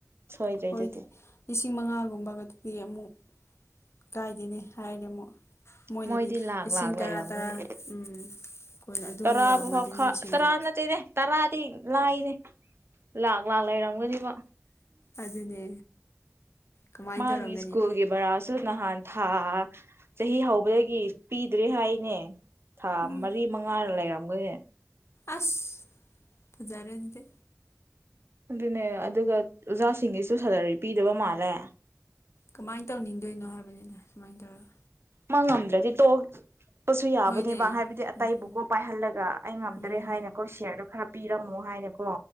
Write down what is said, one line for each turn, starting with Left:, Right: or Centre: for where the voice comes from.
Right: ꯁꯣꯏꯗ꯭ꯔꯦ
Left: ꯑꯩꯈꯣꯏꯗꯤ
Right: ꯑꯗꯨꯗꯤ
Left: ꯂꯤꯁꯤꯡ ꯃꯉꯥꯒꯨꯝꯕꯒꯗꯤ ꯄꯤ ꯑꯃꯨꯛ ꯀꯥꯏꯗꯦꯅꯦ ꯍꯥꯏꯔꯗꯤ ꯑꯃꯨꯛ ꯃꯣꯏꯅꯗꯤ
Right: ꯃꯣꯏꯗꯤ ꯂꯥꯛ
Left: ꯂꯤꯁꯤꯡ
Right: ꯂꯥꯛ
Left: ꯇꯔꯥ
Right: ꯂꯩꯔꯝꯒꯅꯦ
Left: ꯇꯔꯥ ꯎꯝ ꯀꯣꯏꯅ ꯑꯗꯨ
Right: ꯇꯔꯥꯕꯨ
Left: ꯌꯧꯔꯝꯃꯗꯤ
Right: ꯍꯥꯎꯈ
Left: ꯃꯤꯁꯤꯡꯗꯤ
Right: ꯇꯔꯥ ꯅꯠꯇꯦꯅꯦ ꯇꯔꯥꯗꯤ ꯂꯥꯏꯅꯦ ꯂꯥꯛ ꯂꯥꯛ ꯂꯩꯔꯝꯒꯅꯤꯕ
Left: ꯑꯗꯨꯅꯦ ꯀꯃꯥꯏꯅ
Right: ꯃꯥꯒꯤ
Left: ꯇꯧꯔꯝꯒꯅꯤ
Right: ꯏꯁ꯭ꯀꯨꯜꯒꯤ ꯕꯔꯥꯁꯨ ꯅꯍꯥꯟ ꯊꯥ ꯆꯍꯤ ꯍꯧꯕꯗꯒꯤ ꯄꯤꯗ꯭ꯔꯦ ꯍꯥꯏꯅꯦ ꯊꯥ
Left: ꯎꯝ
Right: ꯃꯔꯤ ꯃꯉꯥ ꯂꯩꯔꯝ <unintelligible>
Left: ꯑꯁ ꯐꯖꯔꯦ ꯑꯗꯨꯗꯤ
Right: ꯑꯗꯨꯅꯦ ꯑꯗꯨꯒ ꯑꯣꯖꯥꯁꯤꯡꯒꯤꯁꯨ ꯁꯦꯂꯔꯤ ꯄꯤꯗꯕ ꯃꯥꯜꯂꯦ
Left: ꯀꯃꯥꯏꯅ ꯇꯧꯅꯤꯡꯗꯣꯏꯅꯣ ꯍꯥꯏꯕꯅꯤꯗ ꯁꯨꯃꯥꯏꯅ ꯇꯧꯔꯒ
Right: ꯃꯥ ꯉꯝꯗ꯭ꯔꯗꯤ ꯇꯣꯛ ꯆꯛꯄꯁꯨ ꯌꯥꯕꯅꯦꯕ
Left: ꯍꯣꯏꯅꯦ
Right: ꯍꯥꯏꯕꯗꯤ ꯑꯇꯩꯕꯨꯀꯣ
Left: ꯎꯝ
Right: ꯄꯥꯏꯍꯜꯂꯒ ꯑꯩ ꯉꯝꯗ꯭ꯔꯦ
Left: ꯎꯝ
Right: ꯍꯥꯏꯅꯀꯣ ꯁꯤꯌꯔꯗꯣ ꯈꯔ ꯄꯤꯔꯝꯃꯣ ꯍꯥꯏꯔ ꯀꯣ